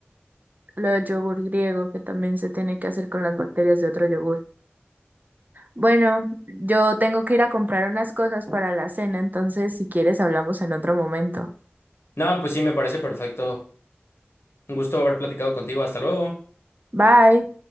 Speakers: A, on the right (about 45°); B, on the left (about 80°).
A: Lo del yogur griego, que también se tiene que hacer con las bacterias de otro yogur. Bueno, yo tengo que ir a comprar unas cosas para la cena. Entonces, si quieres, hablamos en otro momento.
B: No, pues sí, me parece perfecto. Un gusto haber platicado contigo. Hasta luego.
A: Bye.